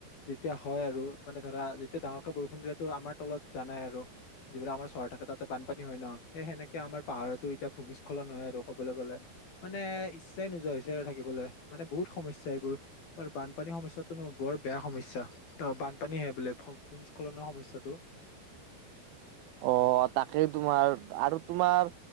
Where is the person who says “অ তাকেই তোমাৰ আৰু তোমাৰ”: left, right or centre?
Right